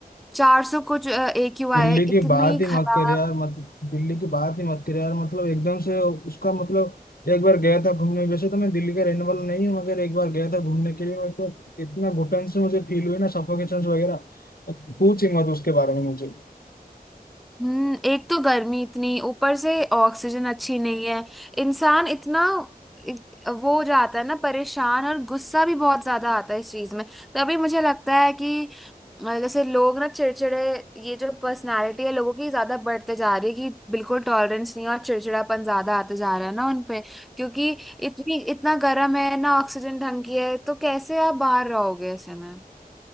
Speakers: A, in the centre; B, on the left (about 70°).
A: चार सौ कुछ AQI
B: दिल्ली
A: है इतनी
B: की बात ही
A: खराब
B: मत कर यार मत दिल्ली की बात ही मत कर यार मतलब एकदम से उसका मतलब एक बार गया था घूमने वैसे तो मैं दिल्ली का रहने वाला नहीं हूँ मगर एक बार गया था घूमने के लिए मतलब इतना घुटन से मुझे फील हुई ना सफोकेशन वगैरह तो पूछ ही मत उसके बारे में मुझे
A: हम्म एक तो गर्मी इतनी ऊपर से ऑक्सीजन अच्छी नहीं है इंसान इतना इत- वो हो जाता है ना परेशान और गुस्सा भी बहुत ज्यादा आता है इस चीज में तभी मुझे लगता है कि अ, जैसे लोग ना चिड़चिड़े ये जो पर्सनालिटी है लोगों की ज्यादा बढ़ते जा रही है कि बिल्कुल टॉलरेंस नहीं है और चिड़चिड़ापन ज्यादा आते जा रहा है ना उनपे क्योंकि इतनी इतना गर्म है ना ऑक्सीजन ढंग की है तो कैसे आप बाहर रहोगे ऐसे में